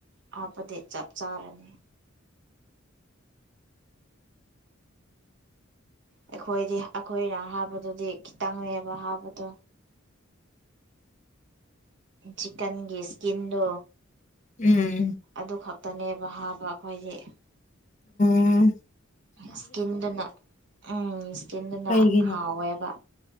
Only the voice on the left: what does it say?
ꯎꯝ
ꯎꯝ
ꯀꯩꯒꯤꯅꯣ